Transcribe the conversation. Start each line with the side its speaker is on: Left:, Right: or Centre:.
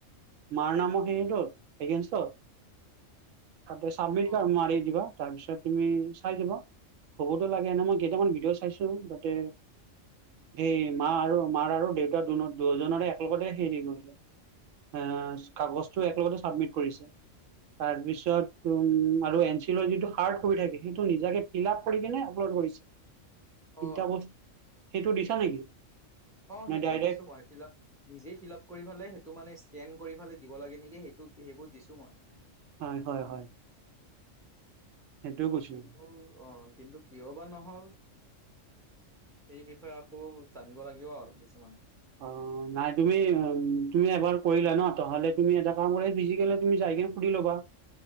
Right: মাৰ নামৰ হেৰিটোত, এগেইনষ্টত। তাতে চাবমিট
Centre: অ
Right: কাৰ মাৰি দিবা। তাৰ পিছত তুমি চাই যাবা, হ'বতো লাগে, নহয় মই কেইটামান ভিডিঅ' চাইছো, তাতে সেই মা আৰু মাৰ আৰু দেউতা দু-দুয়োজনৰে একলগতে হেৰি কৰিলে আ, কাগজটো একেলগতে চাবমিট কৰিছে, তাৰপিছত উম আৰু এন চিলৰ যিটো হাৰ্ড কপি থাকে, সেইটো নিজাকে ফিল আপ কৰি কিনে আপলোড কৰিছে।
Centre: অ
Right: তিনটা বস্, সেইটো দিছা নেকি?
Centre: অ',
Right: নে
Centre: সেইটোও
Right: ডাইৰেক্ট
Centre: দিছো মই, ফীল আপ নিজেই ফীল আপ কৰি পেলাই সেইটো মানে স্কেন কৰি পেলাই দিব লাগে নেকি এ সেইটোত-সেইবোৰ দিছো মই।
Right: হয় হয় হয় সেইটোৱে কৈছো
Centre: কিন্তু অ', কিন্তু কিয় বা নহ'ল সেই বিষয়ে আকৌ জানিব লাগিব আৰু কিছুমান।
Right: অ নাই তুমি উম, তুমি এবাৰ কৰিলা ন, তেনেহ'লে তুমি এটা কাম কৰা, ফিজিকেলি তুমি যাই কেনে সুধি ল'বা।